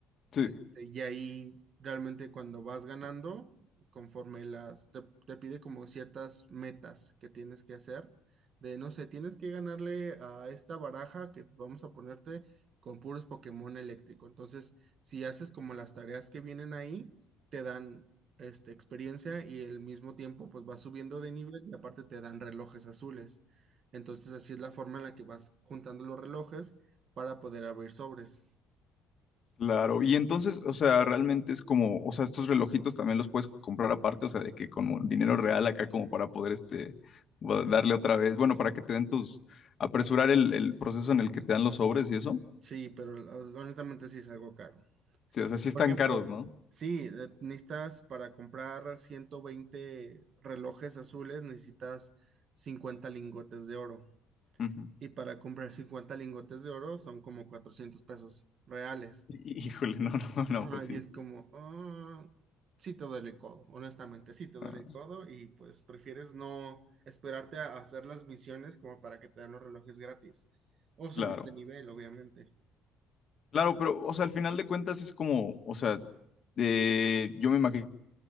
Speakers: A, on the left; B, on the right.
A: Sí,
B: este, y ahí realmente cuando vas ganando, conforme las, te, te pide como ciertas metas que tienes que hacer, de no sé, tienes que ganarle a esta baraja que vamos a ponerte con puros Pokémon eléctrico. Entonces, si haces como las tareas que vienen ahí, te dan este, experiencia y al mismo tiempo pues vas subiendo de nivel y aparte te dan relojes azules. Entonces, así es la forma en la que vas juntando los relojes para poder abrir sobres.
A: claro. Y entonces, o sea, realmente es como, o sea, estos relojitos también los puedes comprar aparte, o sea, de que con dinero real acá como para poder, este, va- darle otra vez, bueno, para que te den tus, apresurar el, el proceso en el que te dan los sobres y eso.
B: Sí, pero honestamente sí es algo caro.
A: Sí, o sea, sí están
B: Por ejemplo,
A: caros, ¿no?
B: sí, eh, necesitas para comprar 120 relojes azules, necesitas 50 lingotes de oro.
A: Ujú.
B: Y para comprar cincuenta lingotes de oro son como 400 pesos reales.
A: Hí- Híjole, no, no, <laughs>
B: Ajá,
A: no, pues sí.
B: y es como, ah, sí te duele el codo, honestamente, sí te duele
A: Ah,
B: el codo y pues prefieres no esperarte a hacer las misiones como para que te den los relojes gratis. O subir
A: claro.
B: de nivel, obviamente.
A: Claro, pero, o sea, al final de cuentas es como, o sea, s- eh, yo me imagino que